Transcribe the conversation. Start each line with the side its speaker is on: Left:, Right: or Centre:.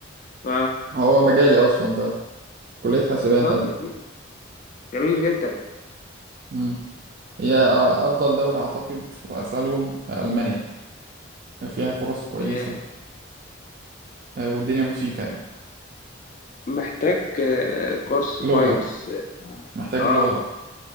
Left: ف
Right: ما هو مجالي اصلا ده كلية حاسبات
Left: طب
Right: انا
Left: جميل جميل جدا
Right: امم هي افضل دولة اعتقد واسألهم المانيا فيها فرص كويسة
Left: آه،
Right: آه، والدنيا بسيطة يعني
Left: محتاج آه، كورس
Right: لغة
Left: كويس
Right: محتاج
Left: اه
Right: لغة